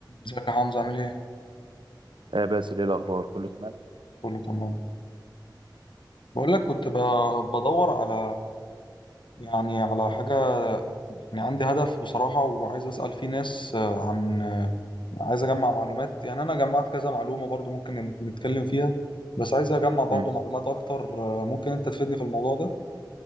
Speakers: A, on the left (about 80°); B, on the right (about 85°).
A: ازيك يا حمزة عامل ايه؟
B: آه باسل ايه الاخبار كله تمام
A: كله تمام بقول لك كنت ب- بدور على يعني على حاجة يعني عندي هدف بصراحة وعايز أسأل فيه ناس آه، عن آه، عايز أجمع معلومات يعني أنا جمعت كذا معلومة برضو ممكن نت- نتكلم فيها بس عايز أجمع برضو
B: مم.
A: معلومات أكتر آه، ممكن أنت تفيدني في الموضوع ده؟